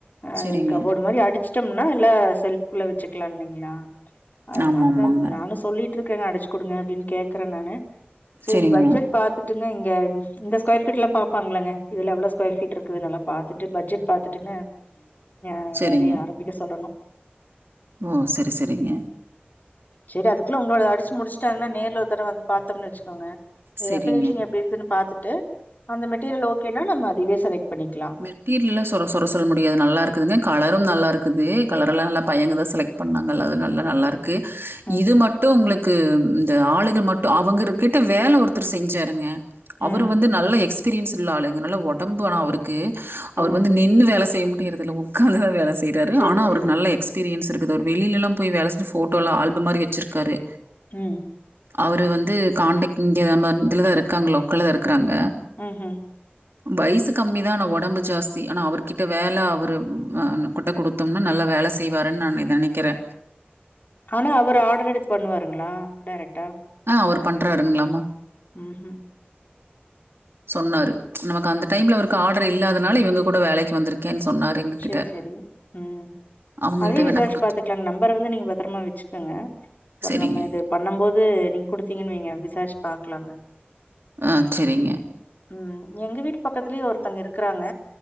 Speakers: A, on the left; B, on the right.
A: அது
B: சரிங்க.
A: கபோர்டு மாரி அடிச்சு ட்டம்னா இல்ல செல்ஃபுல வச்சுக்கலா இல்லைங்ளா அதனாலதா
B: ஆமாமாங்க.
A: நானு சொல்லிட் ருக்கங்க அடிச்சு குடுங்க அப்டின் கேக்குறே நானு சேரி
B: சரிங்க.
A: பட்ஜெட் பாத்துட்டுங்க இங்க இந்த ஸ்கொயர் ஃபீட்லா பாப்பாங்கலங்க இதுல எவ்ளோ ஸ்கொயர் ஃபீட் இருக்குதுனுலா பாத்துட்டு பட்ஜெட் பாத்துட்டுங்க எ
B: சரிங்க.
A: வேலைய ஆரம்பிக்க சொல்லணு
B: ஓ செரி செரிங்க
A: சேரி அதுக்குள்ள உங்களோடது அடிச்சு முடிச்ட்டாங்கனா நேர்ல ஒரு தடவ வந்து பாத்தம்னு வச்சுக்கோங்
B: சரிங்க.
A: அ ஃபினிஷிங் எப்டி இருக்குன்னு பாத்துட்டு அந்த மெட்டீரியல் ஓகேனா நம்ம அதைவே செலக்ட் பண்ணிக்கலா
B: மெட்டீரியல்லா சொர சொர சொல்ல முடியாது நல்லா இருக்குதுங்க கலரும் நல்லா இருக்குது கலரெல்லா நல்லா பையங்க தா செலக்ட் பண்ணாங்கள அது நல்ல நல்லா இருக்கு
A: ம்
B: இது மட்டு உங்களுக்கு அ ஆளுக மட்டு அவங்கருக்கிட்ட வேல ஒருத்தர் செஞ்சாருங்க அவரு
A: ம்
B: வந்து நல்ல எக் க்ஸ்பீரியன்ஸ் உள்ள ஆளுங்க நல்லா ஒடம்பு ஆனா அவருக்கு அவரு
A: ம்
B: வந்து நின்னு வேல செய்ய மா டிறதுல உக்காந்து தா வேல செய்றாரு
A: செரி
B: ஆனா அவருக்கு
A: செரி
B: நல்ல எக்ஸ்பீரியன்ஸ் இருக்குது அவரு வெளிலலா போய் வேல செஞ்சு ஃபோட்டோலா ஆல்பம் மாரி வெச்சிருக்காரு
A: ம்
B: அவரு வந்து காண்டக்ட் இங்க நம்ம இதுலதா இருக்காங்க லோக்கல்ல தா இருக்குறாங்க
A: ம் ம்
B: வைசுக்கு கம்மி தா ஆனா ஒடம்பு ஜாஸ்தி ஆனா அவருகிட்ட வேல அவரு அவ்னுகிட்ட குடுத்தம்னா நல்ல வேல செ தெய்வாருன் நானு நெனைக்கிறே
A: ஆனா அவரு ஆட்ரு எடுத்து பண்ணுவாருங்ளா டேரக்ட்டா
B: ஆ அவரு பண்றாருங்க்லாமா
A: ம் ம்
B: சொன்னாரு நமக்கு அந்த டைம்ல அவருக்கு ஆட்ரு இல்லாதனால இவங்க கூட வேலைக்கு வந்திருக்கேன் சொன்னாரு எங்ககிட்ட.
A: சேர் சேரிங்க ம்
B: அவங்ககிட்ட
A: அதையு விசாரிச்சு
B: வேணா குடுத்து
A: பாத்துக்கலாங்க நம்பர வந்து நீங்க பத்தரமா வச்சுக்குங்க வர்ற
B: சரிங்க.
A: மாரி பண்ணம் போது நீங்க குடுத்தீங்கன் வைங்க விசாரிச்சு பாக்கலாங்க
B: ஆ செரிங்க
A: ம் எங்க வீட்டு பக்கத்துலயு ஒருத்தங்க இருக்குறாங்க